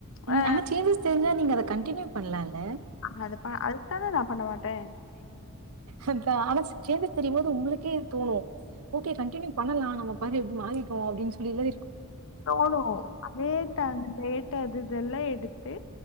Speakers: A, on the right (about 75°); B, on the left (about 65°).
A: ம்
B: ஆ
A: ஆனா சேஞ்சஸ் தெரிஞ்சா நீங்க அத கண்டினியூ பண்லால்ல
B: ஆ அது அத தானே நா பண்ண மாட்டே
A: அ ஆனா சேஸ்சஸ் தெரியும் போது உங்களுக்கே இது தோணு ஓகே கண்டின்யூ பண்ணலா நாம பாக்க எப்டி மாறிட்டோ அப்டின் சொல்லில
B: தோணு அதே டான் அந்த டேட்டு அது இததெல்லா எடுத்து